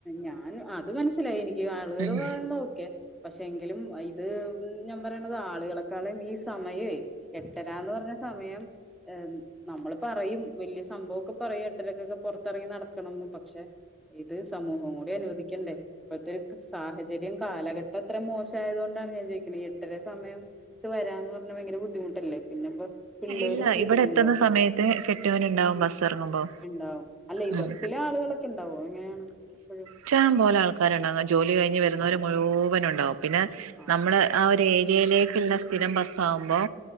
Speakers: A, in the centre; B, on the right.
A: ഞാൻ അത് മനസ്സിലായി എനിക്ക് ആളുകള്
B: ഉം
A: പറയണത് ഓക്കെ പക്ഷെ എങ്കിലും അ ഇത് ഞാൻ പറയണത് ആളുകളെക്കാളും ഈ സമയവേ എട്ടരാന്ന് പറഞ്ഞ സമയം എ നമ്മള് പറയും വല്യ സംഭവോക്ക പറയും എട്ടരക്കൊക്കെ പൊറത്തിറങ്ങി നടക്കണംന്ന് പക്ഷെ ഇത് സമൂഹം കൂടി അനുവദിക്കണ്ടേ ഇപ്പത്തെ ഒരു ക സാഹചര്യം കാലഘട്ടം അത്ര മോശായത് കൊണ്ടാണ് ഞാൻ ചോദിക്കണെ ഈ എട്ടര സമയം ത്ത് വരാന്ന് പറഞ്ഞാ ഭയങ്കര ബുദ്ധിമുട്ടല്ലേ പിന്നെ ഇപ്പം പിള്ളേരും
B: ഇല്ല
A: വീട്ടിലുണ്ടോ
B: ഇവിടെ എത്തുന്ന സമയത്ത് കെട്ടിയോൻ ഉണ്ടാവും
A: ഉം
B: ബസ് ഇറങ്ങുമ്പോ
A: ഇണ്ടാവും അല്ല ഈ
B: ഉം
A: ബസില് ആളുകളൊക്കെ ഉണ്ടാവോ എങ്ങനെയാണ് എപ്പഴും
B: ക്ഷ്ടം പോലെ ആൾക്കാരുണ്ടാവും ജോലി കഴിഞ്ഞ് വരുന്നവരും മൊ മുഴുവനും ഉണ്ടാവും. പിന്നെ
A: ആഹ്
B: നമ്മള് ആ ഒരു ഏരിയയിലേക്ക്ല്ലെ സ്ഥിരം ബസ്സാവുമ്പോ